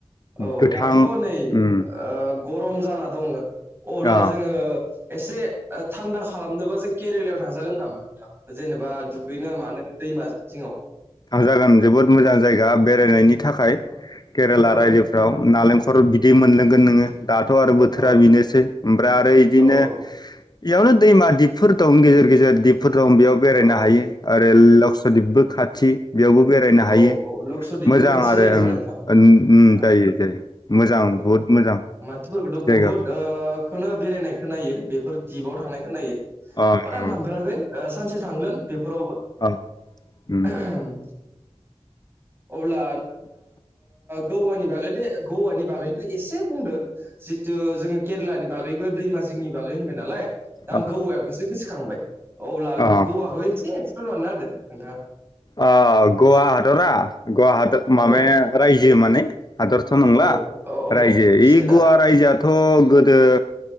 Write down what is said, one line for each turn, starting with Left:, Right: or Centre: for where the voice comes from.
Right: औ
Left: गोथां
Right: दाथ' नै
Left: उम
Right: ओ गरम जाना दङो अब्ला
Left: अ
Right: जोङो एसे ओ थान्दा खालामनोबा जों केरेलायाव थांजागोन नामा नोंथां? जेनेबा दुगैनो मानो दैमा जिङाव?
Left: थां जागोन जोबोद मोजां जायगा
Right: औ
Left: बेरायनायनि थाखाय
Right: औ
Left: केरेला रायजोफ्राव
Right: औ
Left: नालेंखर बिदै मोनलोंगोन नोङो। दाथ' आरो बोथोरा
Right: औ
Left: बेनोसै ओमफ्राय आरो इदिनो
Right: औ
Left: इयावनो दैमा दिपफोर दं गेजेर गेजेर दिपफोर दं बेयाव बेरायनो
Right: औ
Left: हायो। ओ बेल लक्स' दिबो खाथि। बेयावबो बेरायनो
Right: औ
Left: हायो
Right: औ लक्सदिपबो
Left: मोजां
Right: खाथि
Left: आरो
Right: जायो नामा नोंथां
Left: ओन उम
Right: आ
Left: जायो जायो मोजां
Right: औ
Left: बहुत मोजां
Right: मानसिफोरखौथ' बुहुत
Left: जायगाफोर
Right: ओ खोनो बेनायनायखो नायो बेफोर दिपाव थांनाय खो नायो
Left: अ
Right: बाद
Left: अ
Right: मा थांफेराखै सानसे थांगोन बे फोरावबो
Left: अ उम
Right: <unintelligible> अब्ला ग'वानि बागै ग'वानि बागै एसे बुंदो जितु जोङो केरेलानि बागैबो दैमाज जोंनि बागै होनबाय नालाय दा
Left: अ
Right: आं गौवाखौसो गोसोखांबाय अब्ला
Left: अ
Right: गौवाखौ एसे एक्सप्ल बानायना होदो नोंथाङा
Left: ओ गवा हदरा गवा माबाया
Right: औ
Left: रायजो माने हादरथ' नंला
Right: औ औ औ
Left: रायजो ओइ
Right: स्टेटआ
Left: गवा रायजोआथ' गोदो